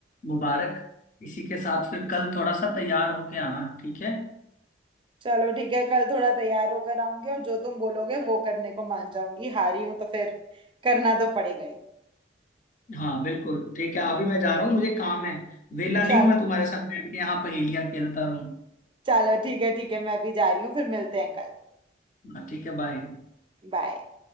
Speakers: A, on the left (about 45°); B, on the right (about 25°).
A: मुबारक इसी के साथ फिर कल थोड़ा सा तैयार होके आना ठीक है
B: चलो ठीक है कल थोड़ा तैयार होकर आऊंगी और जो तुम बोलोगे वो करने को मान जाऊंगी हारी हूं तो फिर करना तो पड़ेगा ही
A: हाँ बिल्कुल ठीक है अभी मैं जा रहा हूँ मुझे काम है वेला
B: चल
A: नहीं हूँ मैं तुम्हारे साथ बैठ के यहाँ पहेलियाँ खेलता रहूँ
B: चलो ठीक है ठीक है मैं भी जा रही हूँ फिर मिलते हैं कल
A: ना, ठीक है बाय
B: बाय